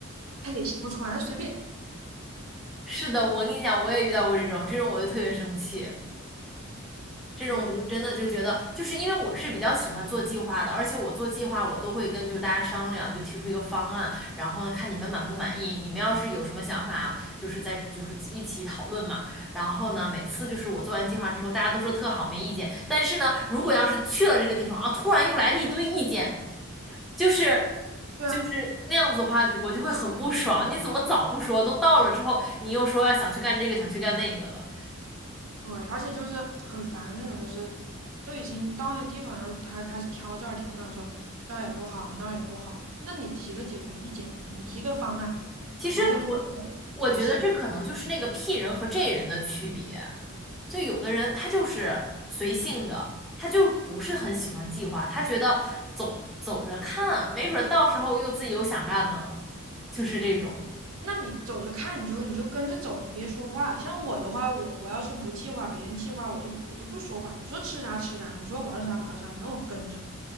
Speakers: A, on the right; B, in the centre.
A: 他也提不出来，他随便。
B: 是的，我跟你讲，我也遇到过这种，这种我就特别生气。这种我就真的就觉得，
A: 对
B: 就是因为我是比较喜欢做计划的，而且我做计划我都会跟就大家商量，就提出一个方案，然后呢看你们满不满意，你们要是有什么想法，就是在就是一起讨论嘛。然后呢，每次就是我做完计划之后，大家都说特好，没意见。但是呢，如果要是去了这个地方啊，突然又来了一堆意见，就是
A: 对啊，
B: 就是那样子的话，就我就会很不爽。你怎么早不说？都到了之后，你又说要想去干这个，想去干那个的。
A: 对，而且就是很烦那种，就是都已经到那地方，然后他还开始挑这儿挑那儿，说这儿也不好，那儿也不好。那你提个解决意见，你提个方案，
B: 其实我我觉得这可能就是那个
A: 我们跟着你走也行。
B: P 人和 J 人的区别。就有的人他就是随性的，他就不是很喜欢计划，他觉得走走着看，没准儿到时候又自己有想干的了，就是这种。
A: 那你走着看，你就你就跟着走，你别说话。像我的话，我我要是不计划，别人计划，我就我就不说话。你说吃啥吃啥，你说玩啥玩啥，反正我跟着。